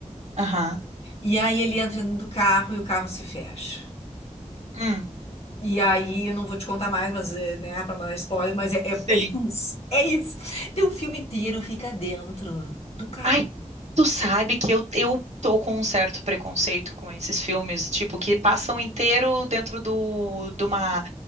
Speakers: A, on the right (about 60°); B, on the left (about 50°).
A: aham,
B: E aí ele entra dentro do carro e o carro se fecha.
A: hum,
B: E aí, eu não vou te contar mais, mas, eh, né, pra não dar spoiler, mas é, é,
A: sim.
B: é isso. É isso. Então, o filme inteiro fica dentro do carro.
A: Ai, tu sabe que eu, eu tô com um certo preconceito com esses filmes, tipo, que passam inteiro dentro do, de uma